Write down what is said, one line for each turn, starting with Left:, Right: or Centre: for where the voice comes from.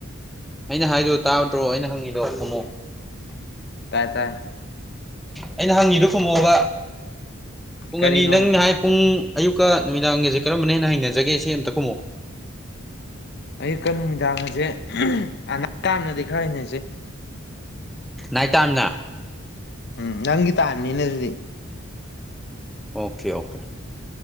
Centre: ꯑꯩꯅ ꯍꯥꯏꯗꯣ ꯇꯥꯕ ꯅꯠꯇ꯭ꯔꯣ ꯑꯩꯅ ꯍꯪꯉꯤꯗꯣ ꯈꯨꯝꯃꯣ
Left: ꯇꯥꯏ ꯇꯥꯏ
Centre: ꯑꯩꯅ ꯍꯪꯉꯤꯗꯨ ꯈꯨꯝꯃꯣꯕ ꯄꯨꯡ
Left: ꯀꯔꯤꯅꯣ
Centre: ꯑꯅꯤ ꯅꯪ ꯅ ꯍꯥꯏ ꯄꯨꯡ ꯑꯌꯨꯛꯀ ꯅꯨꯃꯤꯗꯥꯡꯒꯁꯦ ꯀꯔꯝꯕꯅꯦ ꯍꯦꯟꯅ ꯍꯩꯅꯖꯒꯦ ꯁꯦ ꯑꯃꯇ ꯈꯨꯃꯛꯑꯣ
Left: ꯑꯌꯨꯀꯥ ꯅꯨꯃꯤꯗꯥꯡꯒꯁꯦ <unintelligible> ꯇꯝꯅꯗꯤ ꯈꯔ ꯍꯩꯅꯖꯩ
Centre: ꯅꯥꯏꯇ ꯇꯥꯏꯝꯅ
Left: ꯎꯝ ꯅꯪꯒꯤ ꯇꯥꯏꯝꯅꯤꯅꯦ ꯑꯗꯨꯗꯤ
Centre: ꯑꯣꯀꯦ ꯑꯣꯀꯦ